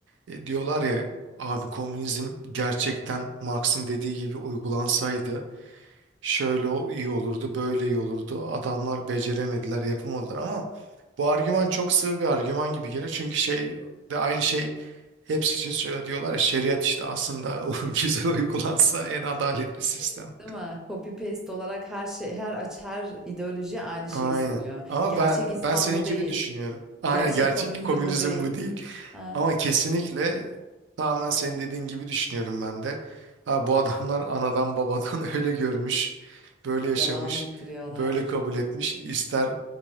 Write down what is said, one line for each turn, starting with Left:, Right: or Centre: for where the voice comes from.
Right: e, diyorlar ya abi komünizm gerçekten Marx'ın dediği gibi uygulansaydı şöyle o- iyi olurdu, böyle iyi olurdu. Adamlar beceremediler, yapamadılar ama bu argüman çok sığ bir argüman gibi gelir. Çünkü şey de aynı şey hepsi için söyle diyorlar ya, şeriat işte aslında <laughs> o güzel uygulansa en adaletli
Centre: Bu copy
Right: sistem.
Centre: paste değil mi? Copy paste olarak her şey, her aç, her ideoloji aynı şeyi
Right: Aynen.
Centre: sunuyor.
Right: Ama
Centre: Gerçek
Right: ben
Centre: İslam
Right: ben senin
Centre: bu
Right: gibi
Centre: değil.
Right: düşünüyorum. Aynen
Centre: Gerçek
Right: gerçek
Centre: komünizm
Right: komünizm
Centre: bu değil.
Right: bu değil.
Centre: Ha,
Right: Ama kesinlikle tamamen senin dediğin gibi düşünüyorum ben de. Ha, bu adamlar anadan babadan <laughs> öyle görmüş, böyle yaşamış,
Centre: devam ettiriyorlar.
Right: böyle kabul etmiş. İster